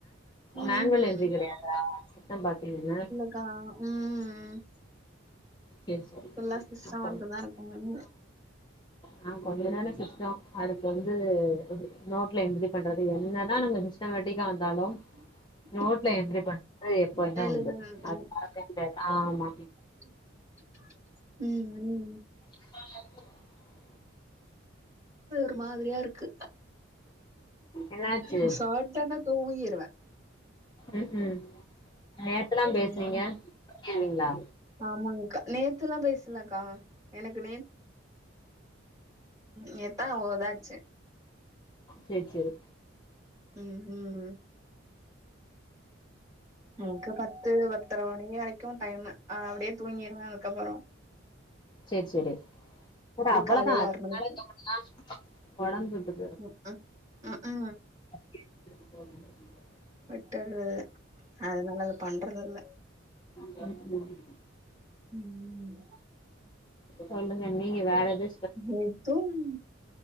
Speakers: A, on the right; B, on the left.
A: ம்
B: மேனுவல் எம் பி கெடையாதா சிஸ்டம் பாத்தீங்கனா
A: கா ம் ம்
B: சேரி சேரி
A: இப்பலா சிஸ்டம்
B: அப்ப
A: ஒர்க்குதா இருக்க முடியு
B: நா கொஞ்ச நேர சிஸ்ட அடுத்து வந்து இது நோட்ல என்ட்ரி பண்றது என்னதா நம்ம சிஸ் ட்டமேட்டிக்கா வந்தாலு
A: ம்
B: நோட்ல என்ரி பண்றது தா எப்பைமே
A: எழுது
B: உண்டு அது மறக்கவே முடியாது ஆமா
A: ம் ம்
B: <inaudible>
A: ப்பயே ஒரு மாதிரியா இருக்கு
B: என்னாச்சு
A: இது சாப்டனா தூங்கிருவே
B: ம் ம் நேத்துலா பேசுனீங்க
A: ம்.
B: கேள்வீங்ளா
A: ஆமாங்க்கா நேத்துலா பேசலக்கா எனக்கு நேத் நேத்தா ஓர்தா அட்ச்சே
B: சேரி சேரி
A: ம் ம் நமக்கு பத்து பத்தர மணி வரைக்கு டைமு அப்டியே தூங்கிருவே அதுக்கப்பற
B: சேரி சேரி அட அவ்வளதா
A: காலையில
B: அதுக்கு
A: மணிக்கு.
B: மேல தூங்குனாலு ஒடம்பு கெட்டுப்
A: மு அ அ ஆ
B: <inaudible>
A: விட்டுர்றது அதனால அது பண்றதில்ல
B: ம் ம்
A: ம் ம்
B: சொல்லுங்கண்ணி வேறெதோ
A: மொத்தம்